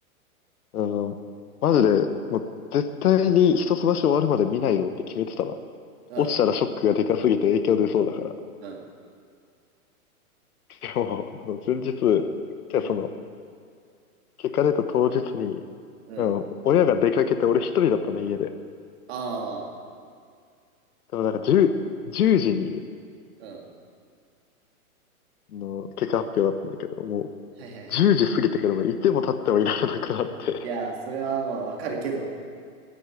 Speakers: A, on the left; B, on the right.
A: うん、マジで、もう絶対に一橋終わるまで見ないぞって決めてたの。
B: うん。
A: 落ちたらショックがでかすぎて影響出そうだから。
B: うん。
A: でも、あの、前日、じゃあその、
B: うん。
A: 結果出た当日に、
B: うん。
A: うん、親が出かけて俺一人だったの家で。
B: ああ、
A: でもなんか10、時に
B: うん。
A: の結果発表だったんだけど、も
B: はいはいはい。
A: う10時過ぎてからもういても立ってもいられなくなって、
B: いやー、それはまあわかるけど。